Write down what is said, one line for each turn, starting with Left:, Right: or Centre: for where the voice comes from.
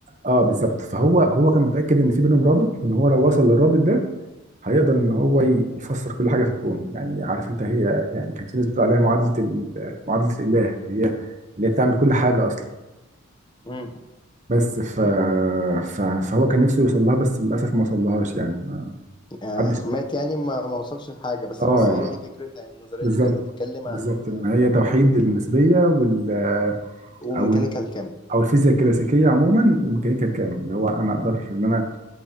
Right: اه بالظبط فهو هو كان متاكد ان في بينهم رابط وان هو لو وصل للرابط ده هيقدر ان هو ي- يفسر كل حاجه في الكون يعني عارف انت هي يعني كان في ناس بتقول عليها معادله ال- معادله الاله اللي هي اللي هي بتعمل كل حاجه اصلا
Left: مم.
Right: بس ف... ف... فهو كان نفسه يوصل لها بس للاسف ما وصلهاش يعني ما
Left: آه،
Right: حدش
Left: مات يعني ما ما وصلش لحاجة بس
Right: اه
Left: هو هي دي فكرتها يعني النظرية
Right: بالظبط
Left: دي كانت بتتكلم
Right: بالظبط
Left: عن
Right: ان هي توحيد النسبيه وال
Left: وميكانيكال
Right: او ال...
Left: كم
Right: او الفيزياء الكلاسيكيه عموما وميكانيكا الكم اللي هو انا اقدر ان انا